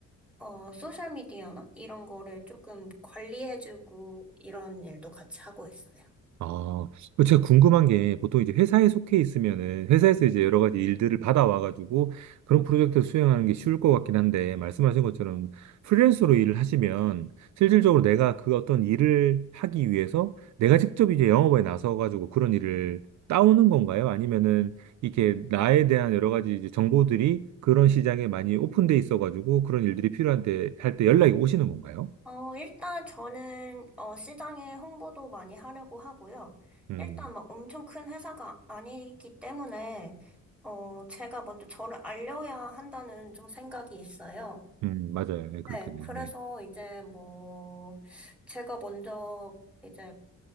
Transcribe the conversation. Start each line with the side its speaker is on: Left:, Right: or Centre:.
Centre: 어, 소셜미디어나 이런 거를 조금 관리해주고 이런 일도 같이 하고 있어요.
Right: 아, 그 제가 궁금한 게 보통 이제 회사에 속해 있으면은 회사에서 이제 여러 가지 일들을 받아와가지고 그런 프로젝트를 수행하는 게 쉬울 것 같긴 한데 말씀하신 것처럼 프리랜서로 일을 하시면 실질적으로 내가 그 어떤 일을 하기 위해서 내가 직접 이제 영업에 나서가지고 그런 일을 따오는 건가요? 아니면은 이렇게 나에 대한 여러 가지 이제 정보들이 그런 시장에 많이 오픈돼 있어가지고 그런 일들이 필요한데 할 때 연락이 오시는 건가요?
Centre: 어, 일단 저는, 어, 시장에 홍보도 많이 하려고 하고요.
Right: 음,
Centre: 일단 막 엄청 큰 회사가 아니기 때문에, 어, 제가 먼저 저를 알려야 한다는 좀 생각이 있어요.
Right: 음, 맞아요. 네, 그렇겠네요.
Centre: 네, 그래서
Right: 네.
Centre: 이제 뭐, 제가 먼저 이제